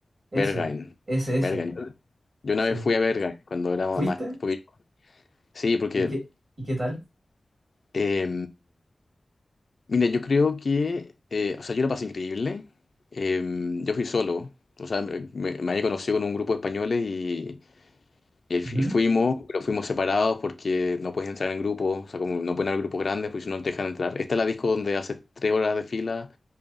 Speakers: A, on the right (about 60°); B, on the left (about 55°).
A: ese,
B: Berghain,
A: ese, ese,
B: Berghain. Yo una
A: sí.
B: vez fui a Berghain cuando era
A: ¿Fuiste?
B: más... Porque, sí, porque...
A: ¿Y qué, y qué tal?
B: eh, mira, yo creo que... eh, o sea, yo la pasé increíble. Eh, yo fui solo. O sea, me, me había conocido con un grupo de españoles y... Y, y fuimos,
A: Ujú.
B: pero fuimos separados porque no puedes entrar en grupo o sea, como no pueden haber grupos grandes, porque si no nos dejan entrar. Esta es la disco donde hace tres horas de fila